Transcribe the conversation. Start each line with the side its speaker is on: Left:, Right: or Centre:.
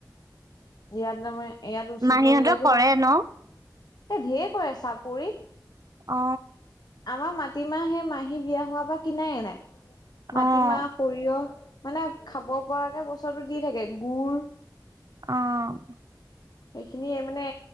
Left: ইয়াত তাৰমানে ইয়াত উচিত
Right: মাহীহঁতৰ
Left: মূল্যটো
Right: কৰে
Left: পাম
Right: ন?
Left: এ ঢেৰ কৰে চাপৰিত৷
Right: অ
Left: আমাৰ মাটিমাহ সেই মাহী বিয়া হোৱাৰ পৰা কিনাই এ নাই মাটিমাহ
Right: অ',
Left: সৰিয়হ মানে খাব পৰাকে বছৰটো দি থাকে গুৰ
Right: অ',
Left: সেইখিনিয়ে মানে